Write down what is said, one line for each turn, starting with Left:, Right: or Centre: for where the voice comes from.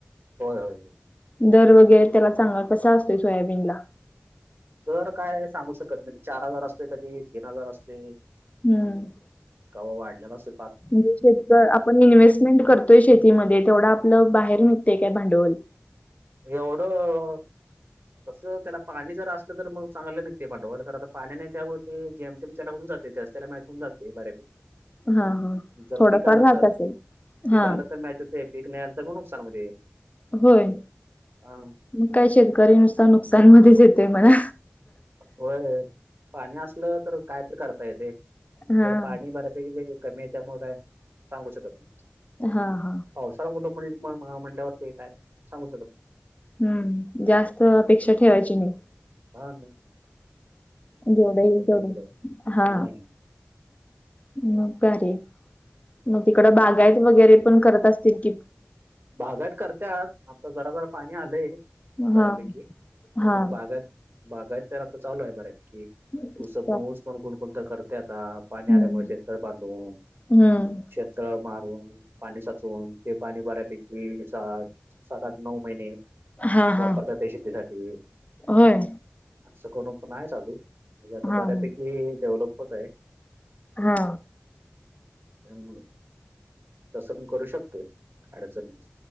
Right: होय होय.
Left: दर वगैरे त्याला चांगला कसा असतोय सोयाबीनला.
Right: दर काय सांगू शकत नाही चार हजार असतोय कधी तीन हजार असते.
Left: हम्म‌.
Right: का ओ वाढल्यात अस.
Left: म्हणजे शेतीच आपण इन्व्हेस्टमेंट करतोय शेतीमध्ये तेवढं आपलं बाहेर निघतय काय भांडवल
Right: एवढं तसं त्याला पाणी जर असलं तर मग चांगलं निघते भांडवल. तर पाणी नाही त्यामुळे, ते जेम तेम त्याला होऊ जाते तेच त्याला मॅच होउन जाते बऱ्यापैकी.
Left: हां हां.
Right: जर
Left: थोडंफार
Right: पीक आलं
Left: राहत
Right: तर.
Left: असेल?
Right: पीक
Left: हां,
Right: आलं तर मॅच <unintelligible> ते पिक नाहीं आलं तर मग <unintelligible> नुकसान मध्ये.
Left: होय.
Right: हा
Left: मग काय शेतकरी नुसता नुकसान मध्येच येतेय म्हणा.
Right: होय. पाणी असलं तर कायतरी करता येत
Left: हां.
Right: धड पाणी बऱ्यापैकी कमी आहे त्यामुळे काय सांगू शकत
Left: हा हा
Right: <unintelligible> पावसाळा कुटुं म्हटल्यावर ते काय सांगू शकत नाही.
Left: हम्म जास्त अपेक्षा ठेवायची नाही.
Right: हा ना
Left: जेवढ येईल तेवढं
Right: झालं.
Left: हा
Right: हम्म
Left: म का रे मग तिकडं बागायत वगैरे पण करत असतील कि
Right: बागात करतत आता जरा जरा पाणी आलंय बऱ्यापैकी
Left: हां.
Right: त्यामुळे
Left: हां.
Right: बागात बाघायत तर आता चालू आहे बऱ्या पैकी
Left: अच्छा.
Right: उस ऊस पण कोणकण तर करते आता पाणी
Left: हम्म,
Right: आल्यामुळे शेत बांधवून
Left: हम्म.
Right: शेतळ मारून पाणी साचवून ते पाणी बऱ्यापैकी सात आठ नऊ महिने
Left: हां
Right: वापरतातात
Left: हां,
Right: ते शेतीसाठी.
Left: होय.
Right: असं करून पण आहे चालू म्हणजे आता
Left: हां
Right: बऱ्यापैकी
Left: हां.
Right: डेव्हलप होत आहे.
Left: हा.
Right: त्यामुळं तसं पण करू शकतोय काय अडचण नाही.